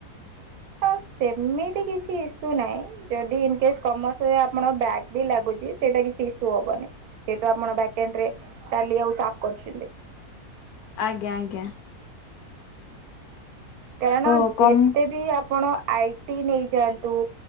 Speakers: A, on the right (about 75°); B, on the left (about 75°).
A: ତ ସେମିତି କିଛି ଇସ୍ୟୁ ନାହିଁ ଯଦି ଇନ କେସ୍ କମର୍ସ ରେ ଆପଣ ବ୍ୟାଗ୍ ବି ଲାଗୁ ସେଇଟା କିଛି ଇସୁ ହବନି ଯେହେତୁ ଆପଣ ଭାକେଣ୍ଡରେ ଟାଲି ଆଉ ଶାପ କରିବନ୍ତି।
B: ଆଜ୍ଞା ଆଜ୍ଞା।
A: କେଣ
B: ତ କମ
A: ଯେତେ ବି ଆପଣ ଆଇ ଟି ନେଇଯାଆନ୍ତୁ